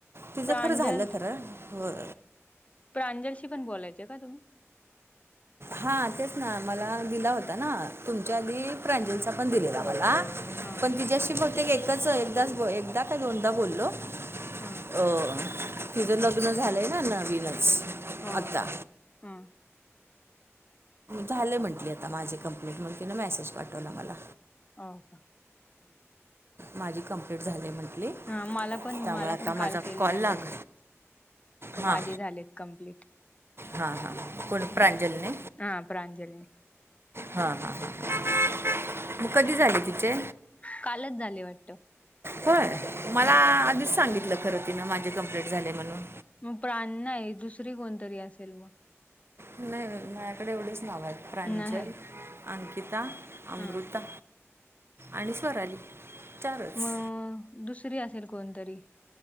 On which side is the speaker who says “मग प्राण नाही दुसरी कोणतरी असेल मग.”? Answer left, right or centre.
Left